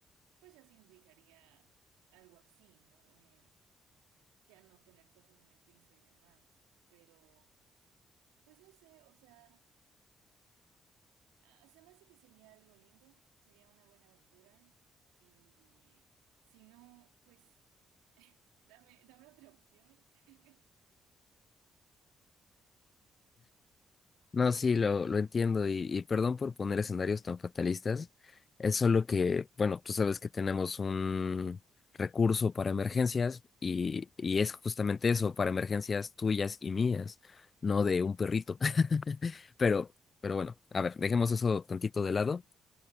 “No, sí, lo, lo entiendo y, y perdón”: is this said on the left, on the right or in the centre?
Left